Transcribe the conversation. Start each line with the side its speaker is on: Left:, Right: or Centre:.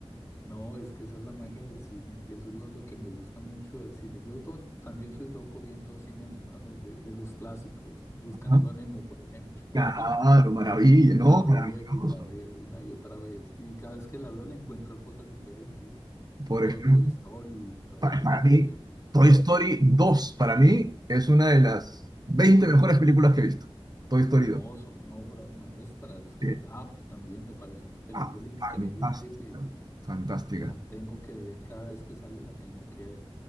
Left: No, es que esa es la magia del cine y eso es lo, lo que me gusta mucho del cine. Yo to- también soy loco viendo cine animado, de, de los clásicos, buscando
Right: Ajá.
Left: a Nemo, por ejemplo.
Right: Claro,
Left: <laughs>
Right: maravilla,
Left: La
Right: ¿no?
Left: veo
Right: Maravilloso.
Left: y la veo una y otra vez y cada vez que la veo le encuentro cosas diferentes.
Right: Por
Left: O
Right: ejemplo.
Left: Toy Story, todo
Right: Para,
Left: ese
Right: para
Left: paquete
Right: mí,
Left: de Toy Story.
Right: Toy Story
Left: Bichos.
Right: dos para mí, es una de
Left: No,
Right: las 20
Left: son,
Right: mejores
Left: son
Right: películas que he visto. Toy Story
Left: No,
Right: dos
Left: son obras maestras. eh,
Right: Sí.
Left: ah, también me parece una película
Right: Ah,
Left: increíble
Right: fantástica,
Left: que
Right: fantástica.
Left: la tengo que ver cada vez que sale, la tengo que ver.